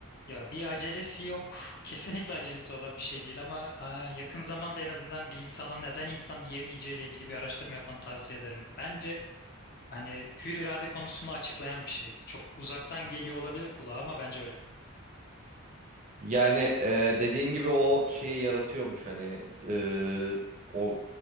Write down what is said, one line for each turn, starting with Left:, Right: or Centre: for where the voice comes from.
Left: ya bir acelesi yok. Kesinlikle acelesi olan bir şey değil ama aa, yakın zamanda en azından bir insanın neden insan yiyemeyeceği ile ilgili bir araştırma yapmanı tavsiye ederim. Bence hani hür irade konusunu açıklayan bir şey. Çok uzaktan geliyor olabilir kulağa ama bence öyle.
Right: Yani e, dediğin gibi o şeyi yaratıyormuş hani e, o